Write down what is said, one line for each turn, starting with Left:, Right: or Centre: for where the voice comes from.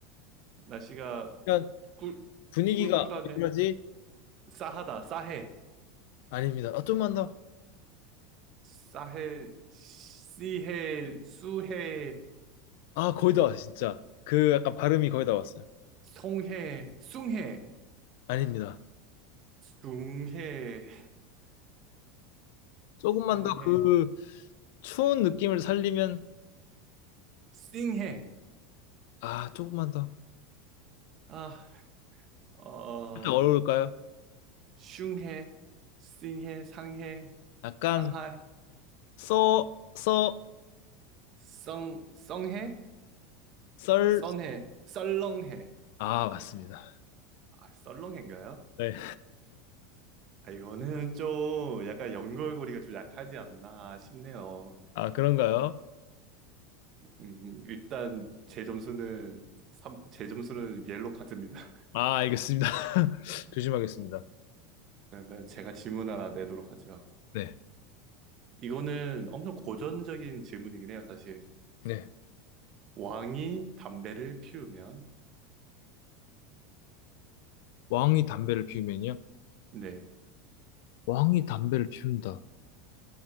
Right: 날씨가
Left: 그냥
Right: 꿀,
Left: 분위기가
Right: 꿀꿀하냐?
Left: 왜 이러지?
Right: 싸하다, 싸해.
Left: 아닙니다. 아, 좀만 더.
Right: 싸해, 씨해, 수해,
Left: 아, 거의 다 왔어요, 진짜. 그 약간 발음이 거의 다 왔어요.
Right: 송해, 숭해,
Left: 아닙니다.
Right: 숭해,
Left: 조금만
Right: 송해,
Left: 더 그 추운 느낌을 살리면
Right: 씽해.
Left: 아, 조금만 더.
Right: 아, 어,
Left: 그렇게 어려울까요?
Right: 슝해, 싱해, 상해,
Left: 약간
Right: 상하이,
Left: 써, 써,
Right: 성, 성해,
Left: 썰.
Right: 선해, 썰렁해.
Left: 아, 맞습니다.
Right: 아, 썰렁해인가요?
Left: 네.
Right: 아, 이거는 좀 약간 연결고리가 좀 약하지 않나 싶네요.
Left: 아, 그런가요?
Right: 음, 음, 일단 제 점수는 삼제 점수는 옐로 카드입니다. <laughs>
Left: 아, 알겠습니다. <laughs> 조심하겠습니다.
Right: 그러면 제가 질문 하나 내도록 하죠.
Left: 네.
Right: 이거는 엄청 고전적인 질문이긴 해요, 사실.
Left: 네.
Right: 왕이 담배를 피우면
Left: 왕이 담배를 피우면요.
Right: 네.
Left: 왕이 담배를 피운다.